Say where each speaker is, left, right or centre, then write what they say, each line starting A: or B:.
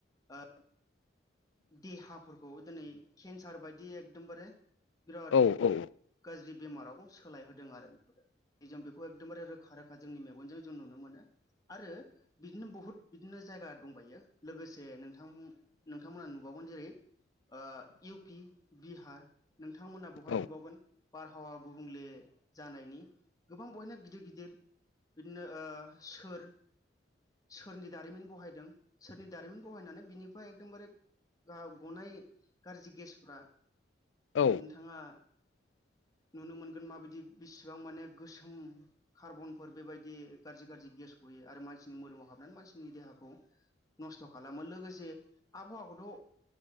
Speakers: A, on the left (about 20°); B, on the left (about 85°).
A: ओ देहाफोरखौ दिनै केन्सार बायदि एकदमबारे बिराद
B: औ औ
A: गाज्रि बेमाराव सोलायहोदों आरो जों बेखौ एकदमबारे रोखा रोखा जोंनि मेगनजों जों नुनो मोनो। आरो बिदिनो बहुद बिदिनो जायगा दंबायो लोगोसे नोंथां नोंथांमोना नु बावगोन जेरै ओ इउ पि, बिहार नोंथांमोना बवहाय
B: औ
A: नुबावगोन बारहावा गुबुंले जानायनि गोबां बहायनो गिदिर गिदिर बिदिनो ओ सोर सोरनि दारिमिन बहायदों सोरनि दारिमिन बहायनानै बिनिफ्राय एकदमबारे गा गनाय गाज्रि गेसफ्रा,
B: औ
A: नोंथाङा
B: <inaudible>
A: नुनो मोनगोन माबायदि बेसेबां माने गोसोम कार्बनफोर बेबायदि गाज्रि गाज्रि गेसखौ बोयो आरो मानसिनि मोदोमाव हाबनानै मानसिनि देहाखौ नसथ' खालामो, लोगोसे आबहावाखौ खौ